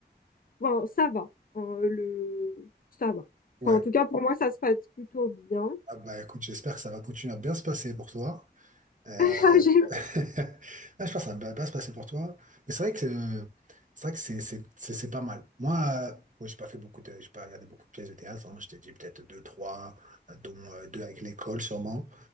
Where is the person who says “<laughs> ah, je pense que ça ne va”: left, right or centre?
Right